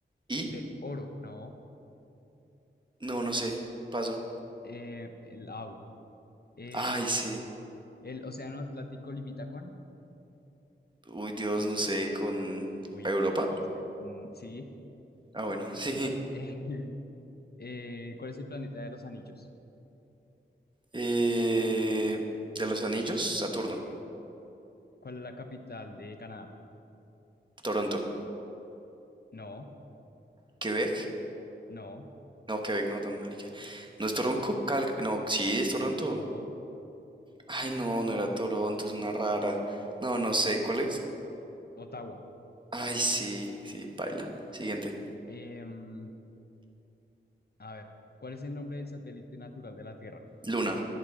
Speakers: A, on the right; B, on the left.
A: I.
B: Del oro, no.
A: No, no sé. Paso.
B: Eh, el au. Eh,
A: Ay, sí.
B: el océano Atlántico limita con.
A: Uy, Dios, no sé, con
B: Uy,
A: Europa.
B: como que no sé. Mm, sí.
A: Ah, bueno,
B: Eh,
A: <laughs> sí.
B: eh, <laughs> eh, ¿cuál es el planeta de los anillos?
A: Eh, de los anillos, Saturno,
B: Sí. ¿Cuál es la capital de Canadá?
A: Toronto,
B: No,
A: Quebec.
B: no,
A: No, Quebec, no, tan marica. No es Toronto, Cal... No, sí, es Toronto.
B: no.
A: Ay, no, no era Toronto, es una rara. No, no sé, ¿cuál es?
B: Ottawa.
A: Ay, sí, sí, paila. Siguiente.
B: Em, A ver, ¿cuál es el nombre del satélite natural de la Tierra?
A: Luna.